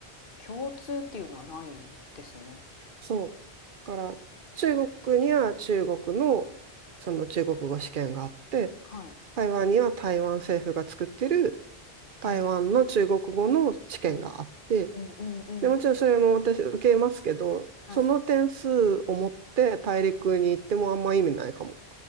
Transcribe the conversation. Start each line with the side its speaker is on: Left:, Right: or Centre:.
Left: 共通っていうのはないんですね。
Right: そう。だから、中国には中国の、その中国語試験があって、
Left: はい。
Right: 台湾には台湾政府が作ってる台湾の中国語の試験があって、
Left: へえ。はい。うんうんうん。
Right: で、もちろんそれも私受けますけど、
Left: はい。
Right: その点数を持って大陸に行ってもあんま意味ないかも。